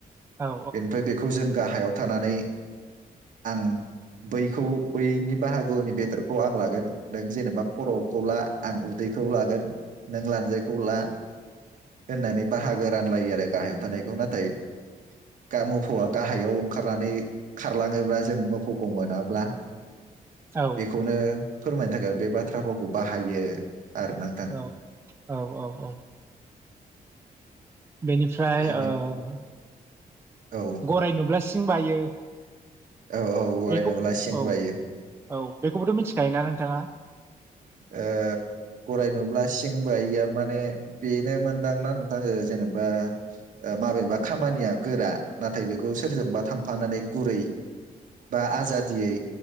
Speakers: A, on the right; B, on the right.
A: औ
B: बेनिफ्राय बेखौ जों गाहायाव थानानै आं बैखौ बैनि बाहागोनि बेदरखौ आं लागोन नों जेनेबा खर'खौ ला आं उदैखौ लागोन नों लानजायखौ ला होननानै बाहागो रानलायो आरो गाहायाव थानायखौ नाथाय गा मोफौआ गाहायाव ओंखारनानै खारलाङोब्ला जों मोफौखौ मोनाब्ला
A: औ
B: बेखौनो फोरमायनो थाखाय बे बाथ्रा भावखौ बाहायो। आरो नोंथां
A: औ औ औ औ। बेनिफ्राय
B: बेनो
A: ओ
B: औ
A: गराय नुब्ला स सिं बायो
B: औ औ गराय
A: बेखौ
B: नुब्ला सिं
A: औ
B: बायो।
A: औ बेखौबोथ' मिथिखायोना नोंथाङा?
B: ओ गराय नुब्ला सिंबायैया माने बेनो मोनदांना नोंथां जेनेबा ओ माबेबा खामानिया गोरा नाथाय बेखौ सोरजोंबा थांफानानै गुरै बा आजादियै